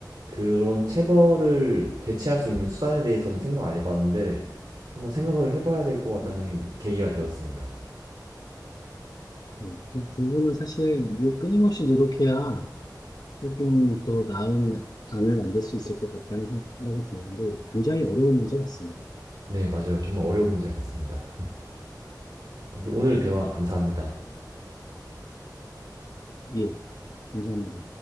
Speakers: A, on the right; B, on the left.
A: 그런 체벌을 대체할 수 있는 수단에 대해서는 생각 안 해봤는데 한번 생각을 해봐야 될 것 같다는
B: 네.
A: 계기가 되었습니다.
B: 네, 그 부분은 사실 위에 끊임없이 노력해야 조금 더 나은 안을 만들 수 있을 것 같다는 생각이 드는데 굉장히 어려운 문제 같습니다.
A: 네, 맞아요. 정말 어려운 문제 같습니다. 아무튼 오늘
B: 음,
A: 대화 감사합니다.
B: 예, 감사합니다.